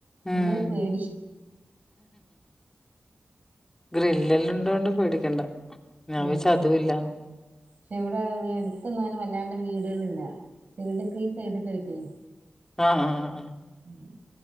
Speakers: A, on the left; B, on the right.
A: ഉം.
B: ഇന്നൊരു പേടി.
A: ഗ്രില്ലെല്ലുണ്ടോണ്ട് പേടിക്കണ്ട. ഞാൻ
B: ഉം.
A: വിചാരിച്ച് അതും ഇല്ലാന്ന്.
B: ക്ഷേ, ഇവടെ എട്ത്തൊന്നും വല്ലാണ്ട വീടുകളില്ല. സൈഡ്ക്ക് ഈ സൈഡ്ക്കായിട്ടെ.
A: ആഹാ ഹാ
B: ഉം